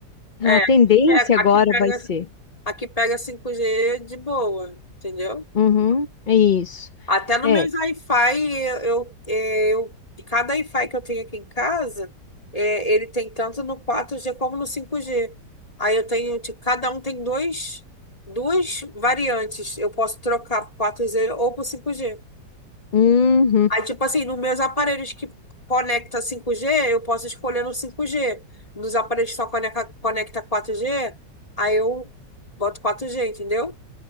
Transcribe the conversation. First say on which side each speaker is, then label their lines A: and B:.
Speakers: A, on the left (about 40°); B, on the left (about 20°).
A: A
B: É,
A: tendência
B: aqui pega aqui
A: agora
B: pega
A: vai ser.
B: Aqui pega cinco g de boa, entendeu?
A: Uhum, é isso.
B: Até no
A: É.
B: meu Wi-Fi, eu, eu, eh, eu- cada Wi-Fi que eu tenho aqui em casa, é, ele tem tanto no 4G como no 5G. Aí eu tenho, tipo, cada um tem dois, duas variantes. Eu posso trocar pro 4G ou pro 5G.
A: Uhum.
B: Aí, tipo assim, nos meus aparelhos que conecta 5G, eu posso escolher no 5G. Nos aparelhos que só conecta, conecta 4G, aí eu boto 4G, entendeu?